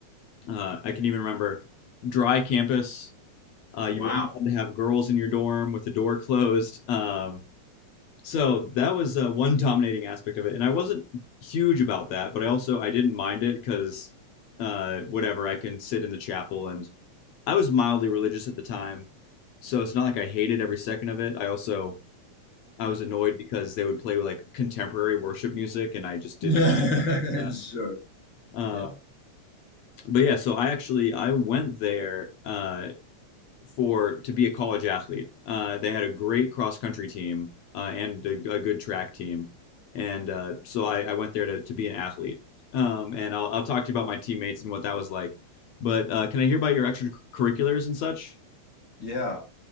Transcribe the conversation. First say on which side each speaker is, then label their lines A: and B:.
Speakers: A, on the left (about 70°); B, on the left (about 40°).
A: Uh, I can even remember dry campus uh,
B: Wow.
A: you weren't allowed to have girls in your dorm with the door closed. Um, so that was uh, one dominating aspect of it, and I wasn't huge about that, but I also I didn't mind it because uh, whatever I can sit in the chapel, and I was mildly religious at the time, so it's not like I hated every second of it. I also I was annoyed because they would play like contemporary worship music, and I just didn't.
B: <laughs>
A: do that.
B: Sure.
A: Uh,
B: Yeah.
A: but yeah, so I actually I went there uh, for to be a college athlete. Uh, they had a great cross country team uh, and a, a good track team, and uh, so I, I went there to, to be an athlete. Um, and I'll, I'll talk to you about my teammates and what that was like. But uh, can I hear about your extracurriculars and such?
B: Yeah.